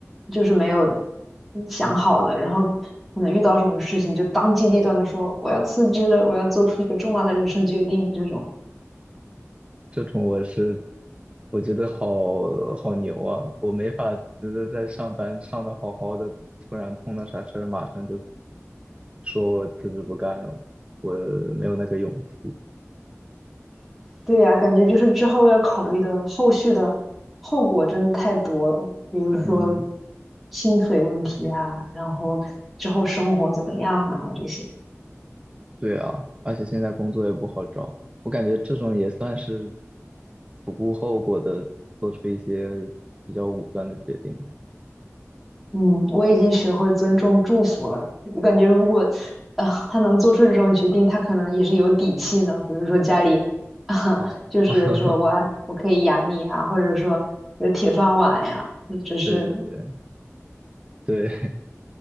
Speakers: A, in the centre; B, on the right (about 25°).
A: 就是没有想好的，然后可能遇到什么事情就当机立断的说我要辞职，我要做出一个重大的人生决定这种。
B: 这种我是我觉得好好牛啊，我没法觉得在上班上的好好的，突然碰到啥事儿，马上就说我辞职不干了，我没有那个勇气。
A: 对呀，感觉就是之后要考虑的后续的后果真的太多了，比如对说
B: 嗯，
A: 薪水问题啊，然后之后生活怎么样啊，这些。
B: 对啊，而且现在工作也不好找，我感觉这种也算是不顾后果的做出一些比较武断的决定吧。
A: 嗯，我已经学会尊重祝福了。我感觉如果啊、他能做出这种决定，他可能也是有底气呢。比如说家里啊、
B: 哦，
A: 就是说我啊我可以养你啊，
B: <laughs>
A: 或者说有铁饭碗呀，嗯只是
B: 对对对对